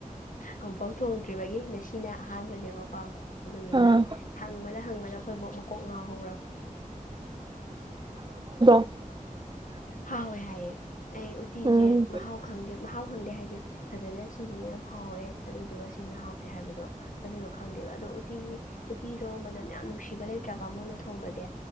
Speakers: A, on the left; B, on the right.
A: ꯐꯐꯧ ꯊꯣꯡꯗ꯭ꯔꯤꯕ ꯑꯁꯤꯅ ꯑꯍꯥꯟꯕꯅꯦꯕꯀꯣ ꯑꯗꯨꯗꯨꯅ
B: ꯑꯥ
A: ꯍꯪꯕꯗ ꯍꯪꯕꯗ ꯑꯩꯈꯣꯏꯕꯨꯣꯛ ꯃꯀꯣꯛ ꯉꯥꯎꯍꯧꯔ
B: ꯍ
A: ꯍꯥꯥꯎ ꯍꯣꯏ ꯍꯥꯏꯦ ꯑꯩ ꯎꯇꯤꯁꯦ
B: ꯎꯝ
A: ꯃꯍꯥꯎ ꯈꯪꯗꯦ ꯃꯍꯥꯎ ꯈꯪꯗꯦ ꯍꯥꯏꯗꯤ ꯐꯖꯅ ꯁꯤꯁꯤꯅ ꯌꯥꯝ ꯍꯥꯎꯋꯦ ꯑꯗꯨꯗꯨꯒ ꯁꯤꯅ ꯍꯥꯎꯇꯦ ꯍꯥꯏꯕꯗꯣ ꯑꯗꯨꯗꯣ ꯈꯪꯗꯦꯕ ꯑꯗꯣ ꯎꯇꯤꯒꯤ ꯎꯨꯇꯤꯗꯣ ꯃꯅꯝ ꯌꯥꯝ ꯅꯨꯡꯁꯤꯕ ꯂꯩꯇ꯭ꯔꯕ ꯃꯣꯟꯅ ꯊꯣꯡꯕꯗꯤ